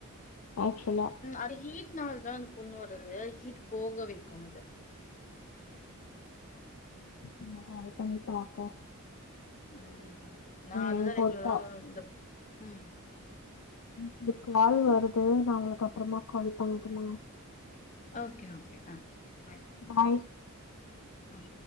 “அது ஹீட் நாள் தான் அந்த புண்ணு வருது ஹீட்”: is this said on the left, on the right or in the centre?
Left